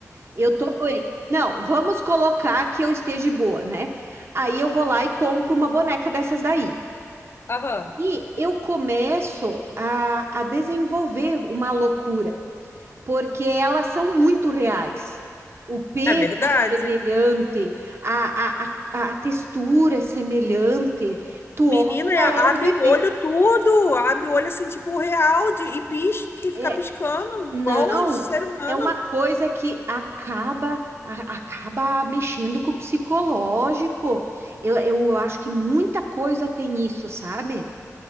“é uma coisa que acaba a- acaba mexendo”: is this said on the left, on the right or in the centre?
Right